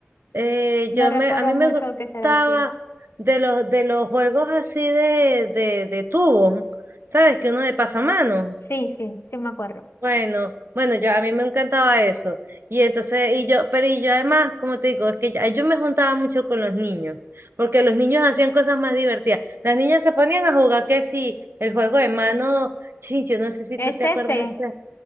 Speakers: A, on the right; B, on the left.
A: Eh,
B: no
A: yo
B: recuerdo
A: me, a mí
B: mucho
A: me gustaba
B: que será así.
A: de los, de los juegos así de, de, de tubos ¿sabes? Que uno de pasamano.
B: Sí, sí, sí me acuerdo.
A: Bueno, bueno, yo a mí me encantaba eso. Y entonces, y yo, pero y yo además, como te digo, es que ya- yo, me juntaba mucho con los niños, porque los niños hacían cosas más divertidas. Las niñas se ponían a jugar que sí, el juego de mano, sí, yo no sé si
B: Es
A: tú te acuerdas
B: ese, sí,
A: de ese.